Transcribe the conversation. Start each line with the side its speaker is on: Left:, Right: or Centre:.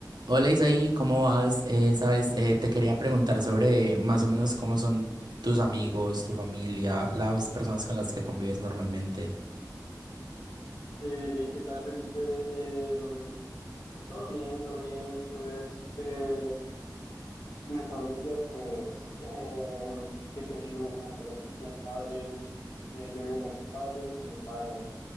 Right: Hola Isaí, ¿cómo vas? Eh, sabes, eh, te quería preguntar sobre más o menos cómo son tus amigos, tu familia, las personas con las que convives normalmente.
Left: Eh, ¿qué tal, Felipe? Eh, pues todo bien, todo bien. Y pues eh, mi familia, pues, eh, ¿qué te digo? Pues mis padres, eh, yo vivo con mis padres y mi hermano.